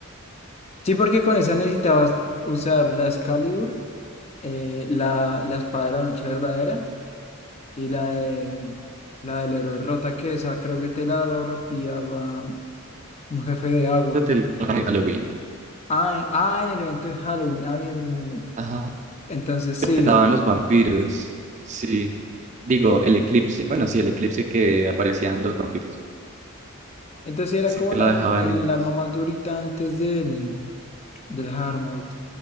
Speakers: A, on the left; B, on the right.
A: Sí, porque con esa necesitabas usar la Excalibur, eh, la, la espada de la noche verdadera y la de la del héroe rota, que esa creo que te la dropeaba un jefe de agua.
B: Yo te lo Halloween.
A: Ah, en, ah, en el evento de Halloween. Ah, bien, bien, bien, bien.
B: Ajá.
A: Entonces sí.
B: daban los vampiros. Sí. Digo, el eclipse. Bueno, sí, el eclipse que aparecían los vampiros.
A: Entonces sí era
B: Sí,
A: como
B: te
A: la,
B: la dejaban
A: el
B: ellos.
A: arma más durita antes del, del Hard Mode.